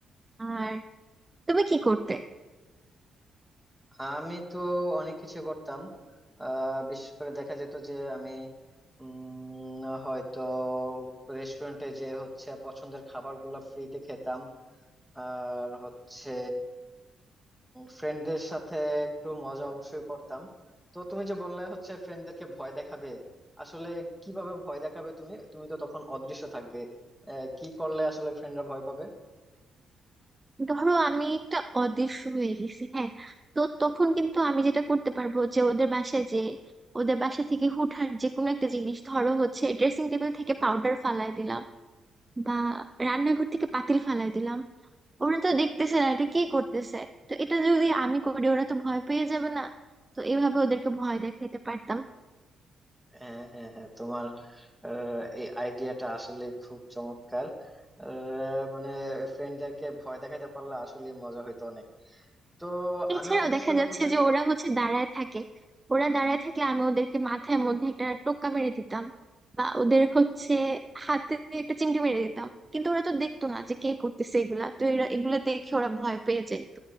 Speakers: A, on the right (about 25°); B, in the centre.
A: আর তুমি কি করতে
B: আমি তো অনেক কিছু করতাম আহ বিশেষ করে দেখা যেত যে আমি উম হয়তো রেস্টুরেন্টে যে হচ্ছে পছন্দের খাবারগুলো ফ্রিতে খেতাম আর হচ্ছে ফ্রেন্ডদের সাথে একটু মজা অবশ্যই করতাম তো তুমি যে বললে হচ্ছে ফ্রেন্ডদেরকে ভয় দেখাবে আসলে কিভাবে ভয় দেখাবে তুমি তুমি তো তখন অদৃশ্য থাকবে আহ, কি করলে আসলে ফ্রেন্ডরা ভয় পাবে
A: ধরো আমি একটা অদৃশ্য হয়ে গেছি হ্যাঁ তো তখন কিন্তু আমি যেটা করতে পারবো যে ওদের বাসায় যে ওদের বাসা থেকে হুটহাট যে কোনো একটা জিনিস ধরো হচ্ছে ড্রেসিং টেবিল থেকে পাউডার ফালাই দিলাম বা রান্নাঘর থেকে পাতিল ফালাই দিলাম ওরা তো দেখতেছে না এটা কি করতেছে তো এটা যদি আমি করি ওরা তো ভয় পেয়ে যাবে না তো এভাবে ওদেরকে ভয় দেখাইতে পারতাম
B: হ্যাঁ হ্যাঁ হ্যাঁ তোমার আহ, এই আইডিয়াটা আসলে খুব চমৎকার আহ, মানে ফ্রেন্ডদেরকে ভয় দেখাতে পারলে আসলে মজা হইতো অনেক তো
A: এছাড়াও
B: আমি অদৃশ্য
A: দেখা যাচ্ছে
B: হলে
A: যে ওরা হচ্ছে দাঁড়ায় থাকে ওরা দাঁড়ায় থাকলে আমি ওদেরকে মাথার মধ্যে একটা টোক্কা মেরে দিতাম বা ওদের হচ্ছে হাতে একটা চিমটি মেরে দিতাম কিন্তু ওরা তো দেখতো না যে কে করতেছে এগুলা তো এরা এগুলা দেখে ওরা ভয় পেয়ে যেত